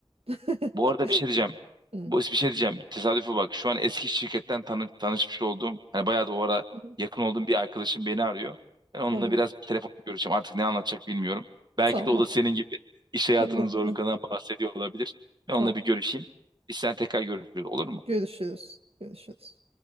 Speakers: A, on the right; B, on the right.
A: <laughs>
B: Bu arada bir şey diyeceğim.
A: Hı,
B: Bu bir şey diyeceğim. Tesadüfe bak. Şu an eski şirketten tanı tanışmış olduğum hani bayağı da o ara
A: hı.
B: yakın olduğum bir arkadaşım beni arıyor. Ben onunla
A: Tamam.
B: biraz telefon görüşeceğim. Artık ne anlatacak bilmiyorum. Belki
A: Tamam.
B: de o da senin gibi iş hayatının
A: <laughs> Olabilir.
B: zorluklarından bahsediyor olabilir. Ben
A: Tamam.
B: onunla bir görüşeyim. Biz sen tekrar görüşürüz olur mu?
A: Görüşürüz. Görüşürüz.